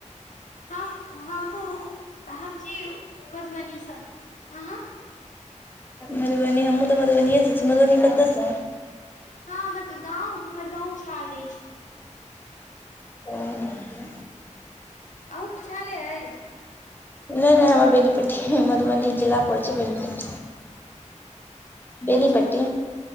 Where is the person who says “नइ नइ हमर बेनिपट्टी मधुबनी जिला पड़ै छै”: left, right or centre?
Left